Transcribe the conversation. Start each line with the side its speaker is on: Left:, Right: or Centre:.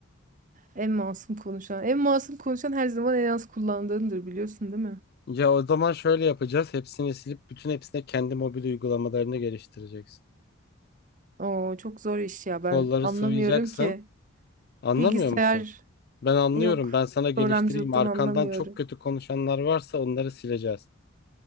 Right: En masum konuşan. En masum konuşan her zaman en az kullandığındır biliyorsun değil mi?
Left: Ya o zaman şöyle yapacağız. Hepsini silip bütün hepsine kendi mobil uygulamalarını geliştireceksin.
Right: Oo, çok zor iş ya. Ben
Left: Kolları
Right: anlamıyorum
Left: sıvayacaksın.
Right: ki.
Left: Anlamıyor
Right: Bilgisayar
Left: musun? Ben anlıyorum.
Right: yok.
Left: Ben sana geliştireyim.
Right: Programcılıktan
Left: Arkandan
Right: anlamıyorum.
Left: çok kötü konuşanlar varsa onları sileceğiz.